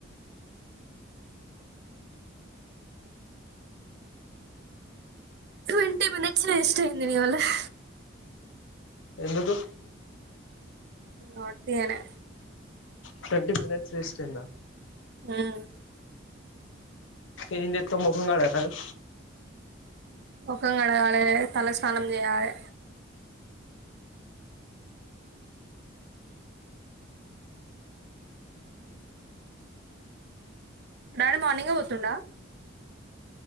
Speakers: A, on the right; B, on the left.
A: ంటే మనచ్చిన ఇష్ట అయింది నవల <inaudible>
B: ఎందుకు
A: నటినే
B: ట్వంటీ మినిట్స్ వేస్ట్ అయ్యిందా
A: హమ్
B: ఏంట ఎతో ముొఖం కడరా <inaudible>
A: మొకం కడగాలి తలస్నానం చేయాలి డాడీ మార్నింగే పోతుండ